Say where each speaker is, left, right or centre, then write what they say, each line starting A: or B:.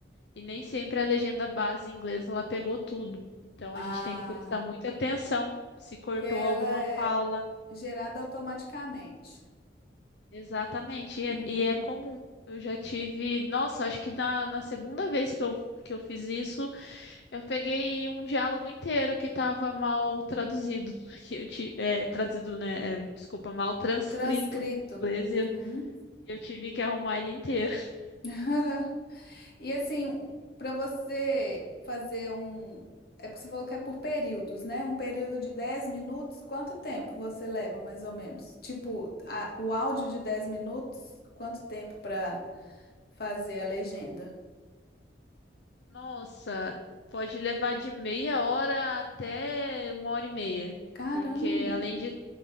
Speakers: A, on the left (about 70°); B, on the left (about 55°).
A: E nem sempre a legenda base em inglês ela pegou tudo. Então
B: Ah,
A: a gente tem que prestar muita atenção se cortou
B: porque ela
A: alguma
B: é
A: fala.
B: gerada automaticamente.
A: Exatamente. E
B: Uhum.
A: é, e é comum. Eu já tive. Nossa, acho que na, na segunda vez que eu, que eu fiz isso, eu peguei um diálogo inteiro que estava mal traduzido. <laughs> Que eu ti- é, traduzido, né? é, desculpa, mal transcrito
B: Transcrito.
A: para o inglês
B: Uhum.
A: e Eu tive que arrumar ele inteiro. <laughs>
B: <laughs> E assim, para você fazer um. É porque você falou que é por períodos, né? Um período de 10 minutos, quanto tempo você leva, mais ou menos? Tipo, a- o áudio de 10 minutos, quanto tempo para fazer a legenda?
A: Nossa, pode levar de meia hora até uma hora e meia.
B: Caramba!
A: Porque além de.